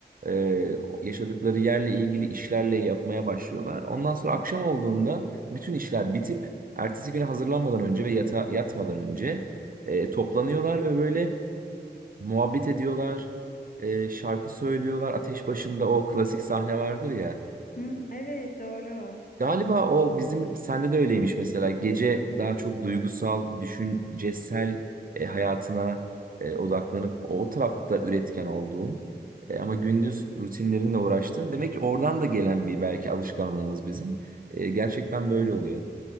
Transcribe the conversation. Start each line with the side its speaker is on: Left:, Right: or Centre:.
Right: e, yaşadıkları yerle ilgili işlerle yapmaya başlıyorlar. Ondan sonra akşam olduğunda bütün işler bitip Ertesi güne hazırlanmadan önce ve yata, yatmadan önce e, toplanıyorlar ve böyle muhabbet ediyorlar. E, şarkı söylüyorlar. Ateş başında o klasik sahne vardır ya.
Left: Hı, evet doğru.
Right: Galiba o bizim sende de öyleymiş mesela. Gece daha çok duygusal, düşüncesel e, hayatına e, odaklanıp o tarafta üretken olduğun e, ama gündüz rutinlerinle uğraştın. Demek ki oradan da gelen bir belki alışkanlığımız bizim. E, gerçekten böyle oluyor.